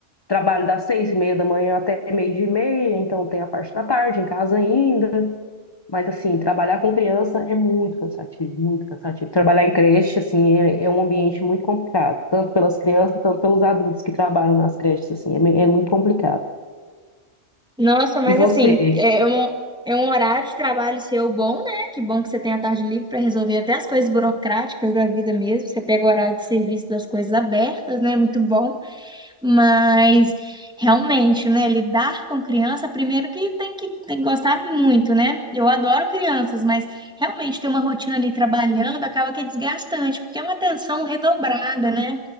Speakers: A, on the left (about 20°); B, in the centre.
A: Trabalho das seis e meia da manhã até meio-dia e meia, então tem a parte da tarde em casa ainda. Mas assim, trabalhar com criança é muito cansativo, muito cansativo. Trabalhar em creche, assim, é, é um ambiente muito complicado, tanto pelas crianças, tanto pelos adultos que trabalham nas creches, assim, é, me- é muito complicado.
B: Nossa, mas
A: E você?
B: assim, é um, é um horário de trabalho seu bom, né? Que bom que você tem a tarde livre para resolver até as coisas burocráticas da vida mesmo. Você pega o horário de serviço das coisas abertas, né? Muito bom. Mas realmente, né, lidar com criança, primeiro que tem que, tem que gostar muito, né? Eu adoro crianças, mas realmente ter uma rotina ali trabalhando acaba que é desgastante, porque é uma atenção redobrada, né?